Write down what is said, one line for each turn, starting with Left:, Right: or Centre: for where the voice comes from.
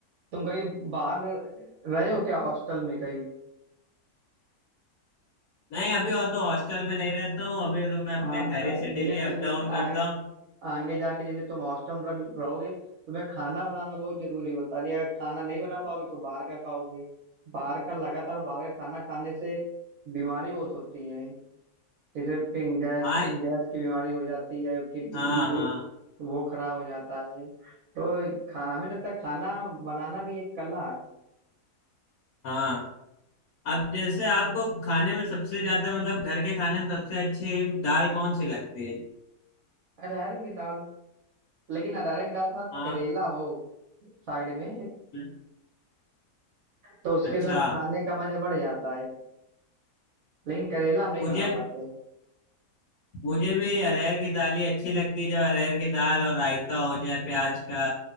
Right: तुम कहीं बाहर रहे हो क्या हॉस्टल में कहीं
Left: नहीं अभी और तो हॉस्टल में नहीं रहता हूँ अभी तो मैं अपने
Right: हाँ
Left: घर ही से
Right: जैसे
Left: डेली
Right: तुम
Left: अप डाउन करता
Right: आ,
Left: हूँ
Right: आगे जाके जैसे तुम हॉस्टल में रह- रहोगे तुम्हें खाना बनाना बहुत जरूरी होता है अगर खाना नहीं बना पाओगे तो बाहर का खाओगे बाहर का लगातार बाहर का खाना खाने से बीमारी बहुत होती है जैसे पिं- गैस
Left: हाँ
Right: गैस की बीमारी हो जाती है किडनी
Left: हाँ हाँ
Right: वो खराब हो जाता है तो खाना हमें लगता है खाना बनाना भी एक कला है
Left: हाँ अब जैसे आपको खाने में सबसे ज्यादा मतलब घर के खाने में सबसे अच्छी दाल कौन सी लगती है
Right: अरहर की दाल लेकिन अरहर की दाल के साथ
Left: हाँ
Right: करेला हो साइड में
Left: हम्म,
Right: तो उसके
Left: अच्छा
Right: साथ खाने का मजा बढ़ जाता है लेकिन करेला हम नहीं
Left: मुझे
Right: बना पाते
Left: मुझे भी अरहर की दाल ही अच्छी लगती है जब अरहर की दाल और रायता हो जाए प्याज का